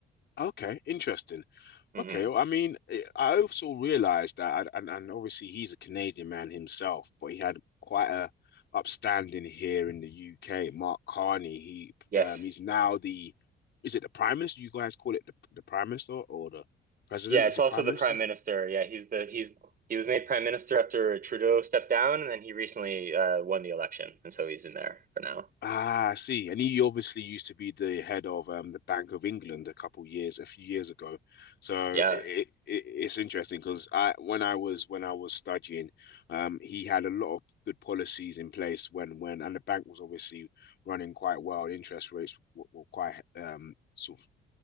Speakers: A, on the left; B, on the right.
A: Okay. Interesting.
B: hmm
A: Okay, well, I mean, I I also realized that, and, and obviously he's a Canadian man himself, but he had quite a upstanding here in the UK. Mark Carney, he
B: Yes.
A: um, he's now the, is it the Prime Minister? You guys call it the, the Prime Minister or the President?
B: Yeah, it's
A: Is
B: also
A: it Prime
B: the
A: Minister?
B: prime minister. Yeah, he's the he's he was made prime minister after Trudeau stepped down, and then he recently uh, won the election, and so he's in there for now.
A: Ah, I see. And he obviously used to be the head of um, the Bank of England a couple years, a few years ago. So
B: Yeah.
A: it, it it's interesting because I when I was when I was studying, um, he had a lot of good policies in place when when and the bank was obviously running quite well. Interest rates were, were quite um sort of